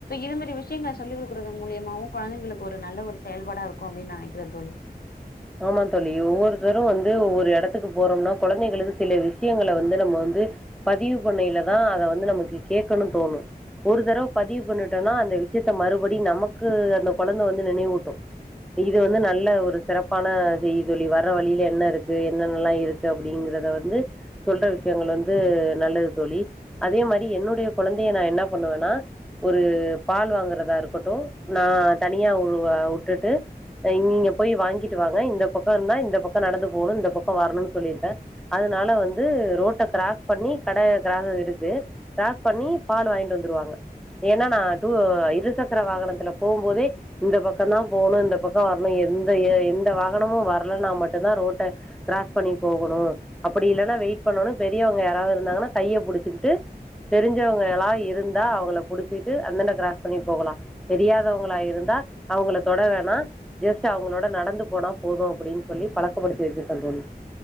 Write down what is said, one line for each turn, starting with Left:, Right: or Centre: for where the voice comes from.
Left: இதமாரி விஷயங்கள சொல்லிகடுற மூலயமாவும் குழந்தைகளுக்கு ஒரு நல்ல ஒரு செயல்பாடா இருக்கு அப்டின்னு நா நெனைக்கிறேன் தோழி
Centre: ஆமா தோழி ஒவ்வொருத்தரும் வந்து ஒவ்வொரு எடத்துக்கு போறோம்னா கெழந்திகளுக்கு சில விஷயங்களை வந்து நம்ம வந்து பதிவு பண்ணியிலதா அத வந்து நமக்கு கேட்கணு தோணு ஒரு தடவ பதிவு பண்ணிட்டோம்னா அந்த விஷயத்த மறுபடி நமக்கு அந்த கெழந்த வந்து நினைவுட்டும் இது வந்து நல்ல ஒரு சிறப்பு பண செய்ய சொல்லி வர்ற வழியில என்ன இருக்கு என்னென்னல்லாம் இருக்கு அப்படிங்கறத வந்து சொல்ற விஷயங்கள் வந்து நல்லது தோழி அதே மாரி என்னுடைய கெழந்தய நா என்ன பண்ணுவேன்னா ஒரு பால் வாங்குறதா இருக்கட்டு நா தனியா வுட்டுட்டு இங்க இங்க போய் வாங்கி இந்தப் பக்கம் நா இந்த பக்கம் தா நடந்து போகணு இந்தப் பக்கம் வரணும்னு சொல்லி இருக்க அதனால வந்து ரோட்ட கிராஸ் பண்ணி கட காரணர்ல இருக்கு கிராஸ் பண்ணி பால் வாங்கிட்டு வந்துடுவாங்க ஏனா நா டு இருசக்கர வாகனத்தில போகும்போதே இந்த பக்கம் தா போணு இந்த பக்கம் வரணு எந்த வாகனமு வரலனா மட்டு தா ரோட்ட கிராஸ் பண்ணி போகணு‌ அப்டி இல்லனா வெயிட் பண்ணனு பெரியவங்க யாராவது இருந்தாங்கன்னா கைய புடிச்சுகிட்டு தெரிஞ்சவங்களா இருந்தா அவங்கள புடிச்சுகிட்டு அதாண்டா கிராஸ் பண்ணி போகலா தெரியாதவங்களா இருந்தா அவங்கள தொட வேணா ஜஸ்ட் அவங்களோட நடந்து போனா போது அப்டின்னு சொல்லி பழக்கப்படுத்தி வெச்சிருக்க தோழி